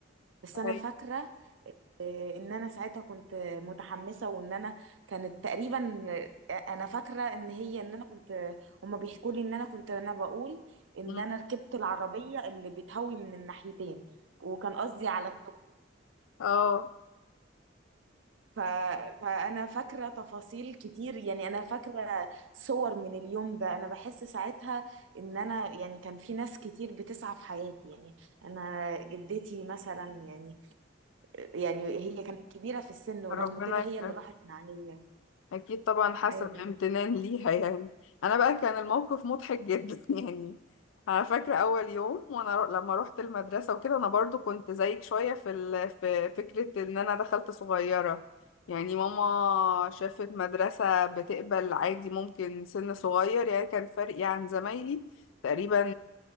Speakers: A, on the right; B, on the left.
A: بس
B: صحيح.
A: انا فاكره ان انا ساعتها كنت متحمسه وان انا كانت تقريبا انا فاكره ان هي ان انا كنت هما بيحكوا لي ان انا كنت انا بقول ان
B: مم.
A: انا ركبت العربيه اللي بتهوي من الناحيتين وكان قصدي على التوك
B: اه
A: ف... فانا فاكره تفاصيل كتير يعني انا فاكره صور من اليوم ده انا بحس ساعتها ان انا يعني كان في ناس كتير بتسعى في حياتي يعني انا جدتي مثلا يعني يعني هي كانت كبيره في السن ورغم
B: ربنا
A: كده
B: يخليك
A: هي اللي راحت معايا
B: أكيد طبعا حسب
A: ايوه
B: امتنان ليها يعني أنا بقى كان الموقف مضحك جدا <laughs> يعني أنا فاكرة أول يوم وأنا رو... لما روحت المدرسة وكده أنا برضو كنت زيك شوية في ال... في فكرة إن أنا دخلت صغيرة يعني ماما شافت مدرسة بتقبل عادي ممكن سن صغير يعني كان فرقي عن زمايلي تقريبا